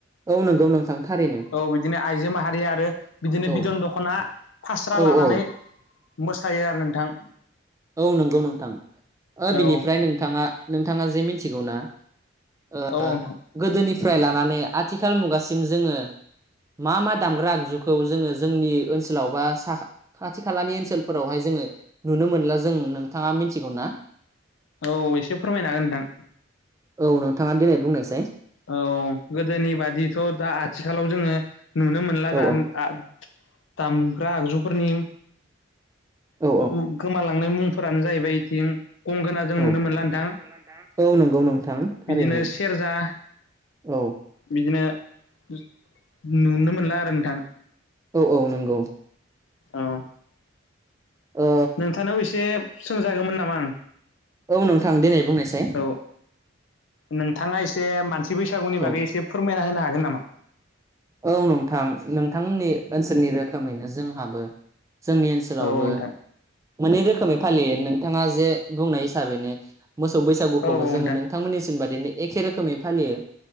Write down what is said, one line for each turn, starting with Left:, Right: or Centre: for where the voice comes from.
Right: औ नंगौ नोंथां। थारैनो
Left: औ बिदिनो आइजो माहारिया आरो बिदिनो
Right: औ
Left: बिदन दख'ना फास्रा
Right: औ
Left: लानानै
Right: औ
Left: मोसायो आरो नोंथां।
Right: औ नंगौ नोंथां
Left: औ
Right: बिनिफ्राय नोंथाङा नोंथाङा जे मिथिगौ ना ओ
Left: औ औ नोंथां
Right: गोदोनिफ्राय लानानै आथिखाल मुगासिम जोङो। मा मा दामग्रा आगजुखौ जोङो जोंनि ओनसोलाव बा खाथि खालानि ओनसोलफोरावहाय जों जोङो नुनो मोनला जों नोंथाङा मिथिगौ ना?
Left: औ एसे फोरमायनो हागोन नोंथां।
Right: औ नोंथाङा दिनै बुंनायसाय।
Left: औ गोदोनि बादिथ' दा आथिखालाव जोङो नुनो मोनला
Right: औ
Left: दा आ दामग्रा आगजुफोरनि
Right: औ
Left: ओम ओम गोमालां नाय मुंफोरानो जाहैबाय बिथिं गंगोना जों
Right: औ
Left: नुनो
Right: औ
Left: मोनला नोथां
Right: औ नंगौ नोंथां थारैनो
Left: बिदिनो सेरजा
Right: औ
Left: बिदिनो नु-नुनो मोनला आरो नोंथां।
Right: औ औ नंगौ।
Left: औ।
Right: ओ,
Left: नोंथांनाव एसे सोंजागौमोन नामा आं
Right: औ नोंथां देनाय बुंनाय। साय।
Left: औ नोंथाङा एसे मानसि बैसागुनि
Right: औ
Left: बागै एसे फोरमायना होनो हागोन नामा?
Right: औ नोंथां। थां नोंथांमोननि ओनसोलनि रोखोमैनो जोंहाबो जोंनि ओनसोलावबो
Left: औ नोंथां
Right: मोननै रोखोमै फालियो नोंथाङा जे बुंनाय हिसाबैनो मोसौ बैसागुखौबो
Left: औ नोंथां
Right: जोङो नोंथांमोननिसिम बादिनो एखे रोखोमै फालियो।